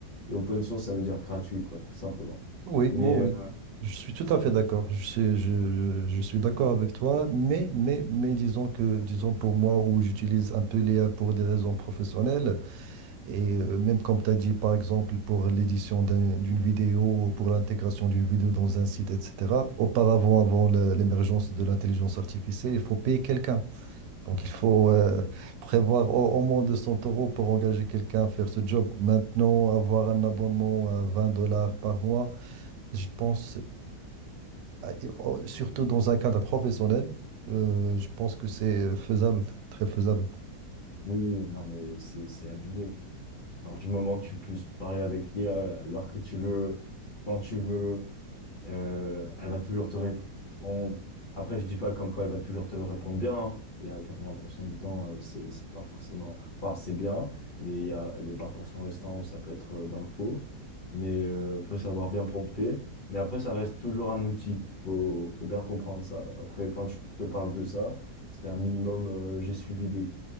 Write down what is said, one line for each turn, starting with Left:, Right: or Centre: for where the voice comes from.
Left: Et open source, ça veut dire gratuit, quoi, tout simplement.
Right: Oui,
Left: Mais
Right: moi, oui.
Left: euh,
Right: Je suis tout à fait d'accord. Je suis, je, je je suis d'accord avec toi, mais, mais, mais disons que, disons pour moi, où j'utilise un peu l'IA pour des raisons professionnelles, et euh, même comme tu as dit, par exemple, pour l'édition d'un- d'une vidéo, ou pour l'intégration d'une vidéo dans un site, etc., auparavant, avant la- l'émergence de l'intelligence artificielle, il faut payer quelqu'un. Donc, il faut euh, prévoir au, au moins 200 euros pour engager quelqu'un à faire ce job. Maintenant, avoir un abonnement à 20 dollars par mois, je pense, à- au- surtout dans un cadre professionnel, euh, je pense que c'est faisable, très faisable.
Left: oui, non, mais c'est c'est abusé. Alors, du moment que tu puisses parler avec l'IA à l'heure que tu veux, quand tu veux, Euh, elle va toujours te répondre. Après, je dis pas comme quoi elle va toujours te répondre bien. hein. Il y a 80% du temps, euh, c'est c'est pas forcément. Enfin, c'est bien, mais il y a le 20% restant où ça peut être euh, dans le faux. Mais euh, faut savoir bien prompter. Mais après, ça reste toujours un outil. Faut, faut bien comprendre ça. Après, quand je te parle de ça, c'était un minimum. euh, j'ai suivi des,